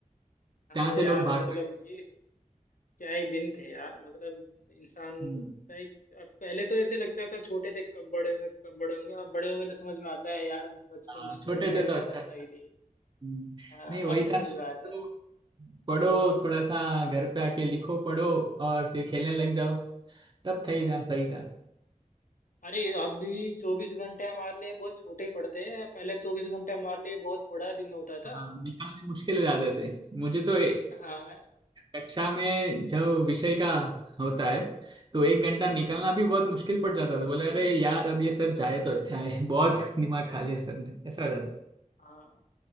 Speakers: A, on the left; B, on the right.
A: हाँ
B: जहाँ से
A: यार
B: लोग भाग
A: मतलब
B: सकते
A: ये क्या ही दिन थे यार मतलब इंसान
B: हैं। हम्म,
A: लाइक अब पहले तो ऐसे लगता था छोटे थे कब बड़े होंगे कब बड़े होंगे अब बड़े हो गए तो समझ में आता है यार बचपन
B: हाँ, छोटे
A: स्कूल की लाइफ
B: थे तो
A: ज्यादा
B: अच्छा था।
A: सही थी
B: हम्म,
A: हाँ
B: नहीं वही
A: अब समझ
B: था ना
A: में आता
B: तो
A: है
B: पढ़ो थोड़ा सा घर पे आके लिखो पढ़ो और फिर खेलने लग जाओ तब सही था सही था
A: अरे अब भी चौबीस घंटे हमारे लिए बहुत छोटे पड़ते हैं पहले चौबीस घंटे हमारे लिए बहुत बड़ा दिन होता था
B: हाँ निकालने मुश्किल हो जाते थे मुझे तो
A: हाँ
B: कक्षा में जो विषय का होता है तो एक घंटा निकालना
A: हम्म
B: भी बहुत मुश्किल पड़ जाता था बोले अरे यार अब ये सर जाए तो अच्छा है <laughs> बहुत दिमाग खा लिया सर ने ऐसा हो जाता है
A: हाँ